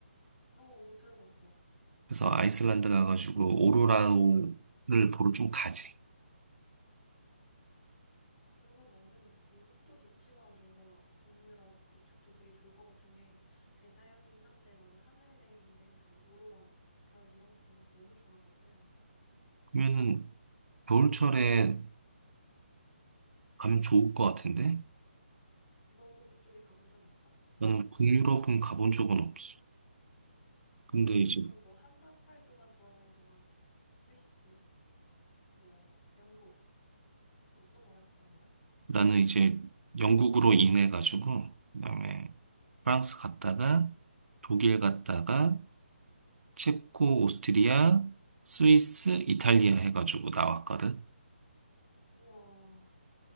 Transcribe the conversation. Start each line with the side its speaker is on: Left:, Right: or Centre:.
Left: 어, 어, 들어봤어.
Right: 그래서 아이슬란드 가가지고 오로라를 보러 좀 가지
Left: 그러면 나는 미국도 좋지만 뭔가 북유럽 이쪽도 되게 좋을 것 같은 게 대자연이긴 한데 나는 하늘에 있는 그런 오로라, 별 이런 거 보는 거 너무 좋아하거든.
Right: 그러면은 겨울철에 가면 좋을 것 같은데
Left: 너도 그쪽에 가본 적 있어? 북유럽?
Right: 나는 북유럽은 가본 적은 없어 근데 이제
Left: 그럼 너 한 달 동안 돌아다닐 동안 스위스, 뭐 영국 또 어떤 나라 갔다 온 거야?
Right: 나는 이제 영국으로 인해 가지고 그다음에 프랑스 갔다가 독일 갔다가 체코, 오스트리아, 스위스, 이탈리아 해가지고 나왔거든.
Left: 우와,